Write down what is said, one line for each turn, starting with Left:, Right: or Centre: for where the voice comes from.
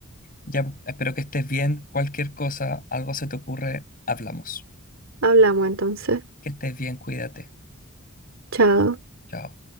Left: Ya, espero que estés bien, cualquier cosa, algo se te ocurre, hablamos.
Right: Hablamos entonces.
Left: Que estés bien, cuídate.
Right: Chao.
Left: Chao.